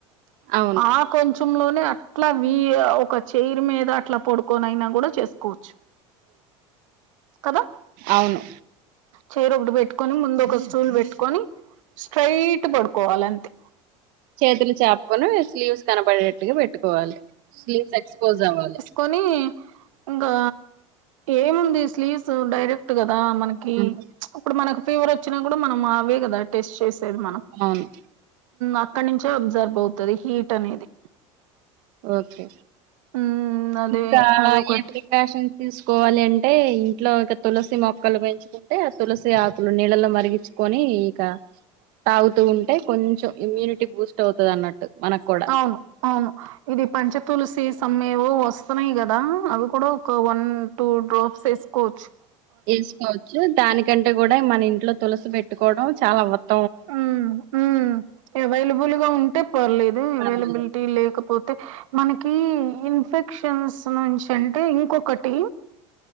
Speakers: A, on the right (about 85°); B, on the right (about 65°).
A: <inaudible>
B: అవును
A: ఆ కొంచెం లోనే అట్లా వ ఒక చెైరు మీద అట్లా పడుకొనైనా కూడా చేసుకోవచ్చు కదా
B: అవును
A: చైర్ ఒకటి పెట్టుకొని ముందు ఒక స్టూల్ పెట్టుకొని స్ట్రైట్ పడుకోవాలి అంతే
B: చేతులు చాపుకొని స్లీవ్స్ కనబడేట్టుగా పెట్టుకోవాలి స్లీవ్స్ ఎక్స్పోజ్ అవ్వాలి
A: కని ఇంకా ఏముంది స్లీవ్స్ డైరెక్ట్ కదా మనకి
B: హ్మ్.
A: ఊ ఇప్పుడు మనకి ఫీవర్ వచ్చినా కూడా మనం అవే కదా టెస్ట్ చేసేవి మనం
B: అవును
A: అక్కడ నుంచే అబ్జర్బ్ అవుతది హీట్ అనేది
B: ఓకే
A: ఉమ్ అదే
B: ఇంకా
A: అది ఒకటి
B: ఏమి ఫ్యాషన్ తీసుకోవాలి అంటే ఇంట్లో ఒక తులసి మొక్కలు పెంచుకుంటే ఆ తులసి ఆకులు నీళ్ళలో మరిగించి కొని ఇక తాగుతూ ఉంటే కొంచెం ఇమ్యూనిటీ బూస్ట్ అవుతుంది అన్నట్టు మనకు కూడా
A: అవును అవును ఇది పంచ తలసి సమ్ ఏవో వస్తున్నాయి కదా అవి కూడా ఒక వన్ టూ డ్రాప్స్ వేసుకోవచ్చు
B: వేసుకోవచ్చు దానికంటే కూడా మన ఇంట్లో తులసి పెట్టుకోవడం చాలా ఉత్త
A: ఉమ్ ఉమ్ అవైలబుల్గా ఉంటే పర్లేదు
B: పర్వాలేదు
A: అవైలబిలిటీ లేకపోతే మనకి ఇన్ఫెక్షన్స్ నుంచి అంటే ఇంకొకటి